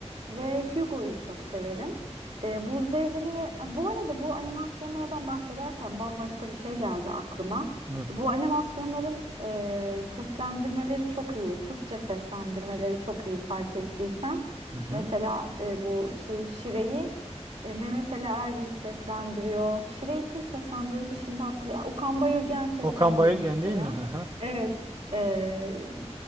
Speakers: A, on the right; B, on the right.
A: Ve Hugo'yu çok severim. E, Buz Devri'ni ve e, bu arada bu animasyonlardan bahsederken bambaşka bir şey geldi aklıma.
B: Hı
A: Bu animasyonların e, seslendirmeleri çok iyi. Türkçe seslendirmeleri çok iyi fark ettiysen.
B: hı. hı.
A: Mesela e, bu şeyi Şire'yi e, Mehmet Ali Erbil seslendiriyor. Şire'yi kim seslendiriyordu şimdi hatırlayayım. Okan Bayülgen seslendiriyor
B: Okan Bayülgen
A: mesela.
B: değil mi? Hı hı.
A: Evet. e,